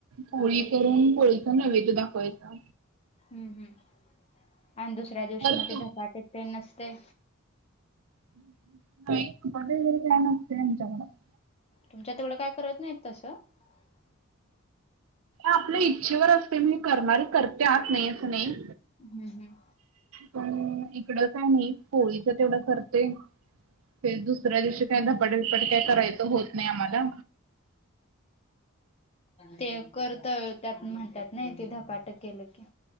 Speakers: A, on the right (about 70°); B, on the left (about 30°).
A: पोळी करून पोळीचा नैवेद्य दाखवायचा
B: हम्म. हम्म! आणि दुसऱ्या दिवशी
A: तर
B: मगं ते
A: तू
B: धपाटे तेन असतें.
A: हम्म! <inaudible>
B: तुमच्या तेवढं काय करत नाहीत तसं. <inaudible>
A: आपल्या इच्छेवर असते म्हणज करणारी करते आत नाही असं नाही.
B: हम् हम्.
A: पण इकड काय नाही पोळीच तेवढं करतोय. ते दुसऱ्या दिवशी काय धपाट बिपाट काय करायचं होत नाही आम्हाला.
B: ते कर तळात त्यात म्हणतात ना ते धपाटं केलं की.